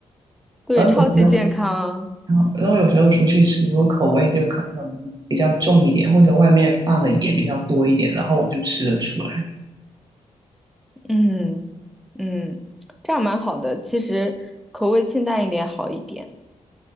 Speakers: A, in the centre; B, on the right (about 35°).
A: 对，
B: 然后有时候，
A: 超级健康。
B: 然后然后有时候出去吃，我口味就可能比较重一点，或者外面放的盐比较多一点，然后我就吃得出来，
A: 嗯嗯，这样蛮好的。其实口味清淡一点好一点。